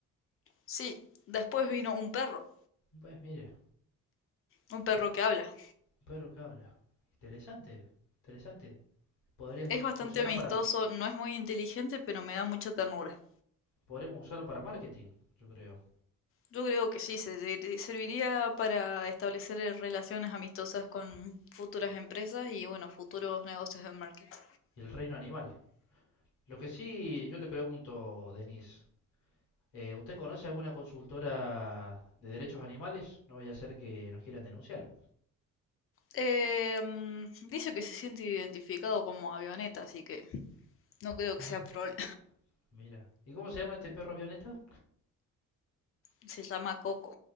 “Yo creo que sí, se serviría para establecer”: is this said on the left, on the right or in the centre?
Left